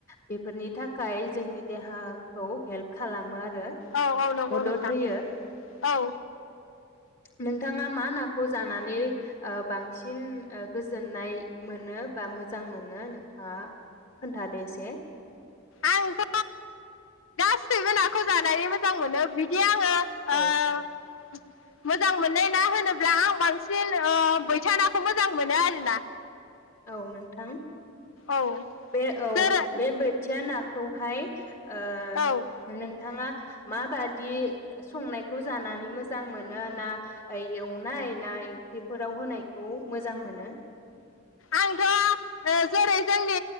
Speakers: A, on the left; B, on the left.
A: बेफोरनि था खाय जोंनि देहाखौ हेल्प खालामो आरो
B: औ औ नंगौ
A: मदद
B: नोंथां
A: होयो
B: औ
A: नोंथाङा मा नाखौ जानानै नै ओ बांसिन ओ गोजोननाय मोनो बा मोजां मोनो नोंथाङा खोन्थादो एसे
B: आंथ' <unintelligible> मोजां मोनो बिदि आङो ओ
A: औ
B: मोजां मोननाय ना होनोब्ला आं बांसिन ओ बैथा नाखौ मोजां मोनो आरोना।
A: औ नोंथां
B: औ
A: बे औ
B: जेरै
A: बे बोथियानो नाखौहाय ओ
B: औ
A: नोंथाङा माबादि संनायखौ जानानै मोजां मोनो ना एवनाय ना ओंख्रिफोराव होनायखौ मोजां मोनो?
B: आंथ' जेरै जोंनि